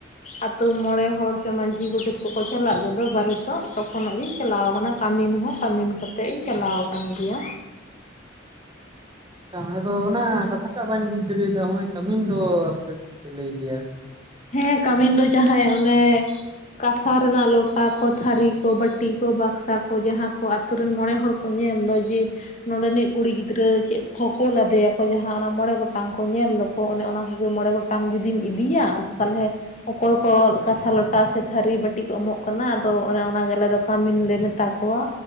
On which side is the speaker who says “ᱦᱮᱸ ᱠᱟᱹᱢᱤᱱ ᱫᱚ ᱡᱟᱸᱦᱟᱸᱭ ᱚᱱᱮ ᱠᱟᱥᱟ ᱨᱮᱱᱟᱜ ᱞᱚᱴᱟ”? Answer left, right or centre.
Left